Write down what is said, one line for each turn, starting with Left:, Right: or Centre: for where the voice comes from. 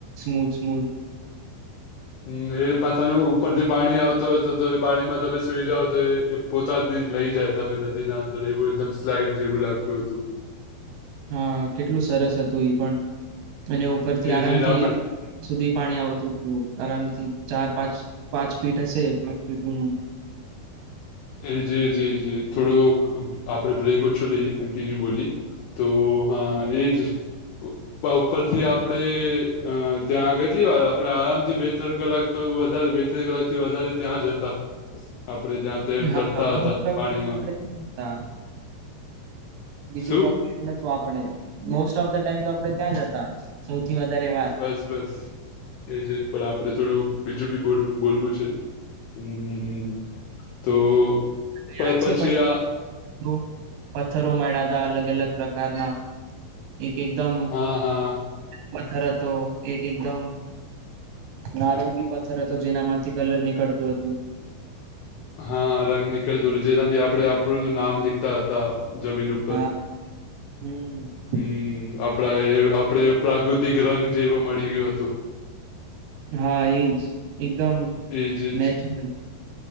Right: સ્મૂથ સ્મૂથ.
Left: હમ્મ, એ <unintelligible> ઉપરથી પાણી આવતો હતો તો એ પાણીમાં તમે સુઈ જાવ તો એ પોતાથી લઈ જાય તમે નદી ના અંદર એવું એકદમ સ્લાઈડ જેવું લાગતું હતું.
Right: હા કેટલું સરસ હતું ઈ પણ અને ઉપરથી
Left: એ
Right: આરામ
Left: જે
Right: થી
Left: આપણે
Right: સુધી પાણી આવતું હતું, આરામથી ચાર પાંચ પાંચ ફીટ હશે પાંચ ફીટ ઉનુ.
Left: એજ એજ એજ એજ થોડો આપડે બ્રેક ઓછો લઈએ કન્ટિન્યુ બોલીએ. તો હા એજ.
Right: <inaudible>
Left: આપડા ઉપરથી આપડે અ ત્યાં કેટલી વાર આપણેે આરામથી બે ત્રણ કલાક તો વધારે બે ત્રણ કલાક થી વધારે ત્યાં જતા આપડે ત્યાં તે
Right: હા
Left: તરતા હતા
Right: <inaudible>
Left: પાણીમાં
Right: હા બીજું
Left: શું
Right: કઈ એઉં નતું આપડે મોસ્ટ ઓફ ધ ટાઈમ તો આપે ત્યાં જ હતા સૌથી વધારે વાર.
Left: બસ બસ. એજ એજ પણ આપડે થોડું બીજું બી બોલવું બોલવું છે ને? હમ્મ, હમ્મ, હમ્મ. તો
Right: યાદ
Left: પ પછી
Right: છે
Left: આ
Right: તો પથ્થરો મળ્યાતા અલગ અલગ પ્રકારના એક એકદમ
Left: હા, હા.
Right: વથર તો એક એકદમ. નારંગી પથ્થર હતો જેનામાંથી કલર નીકળતું હતું,
Left: <inaudible> હા, રંગ નીકળતો હતો, જેનાથી આપડે આપણનું નામ લીખતા હતા. જમીન ઉપર.
Right: હા હમ
Left: હમ્મ, આપડા એ આપડે પ્રાકૃતિક રંગ જેવો મળી ગયું હતું,
Right: હા એજ એકદમ.
Left: એજ એજ.
Right: નેચરલ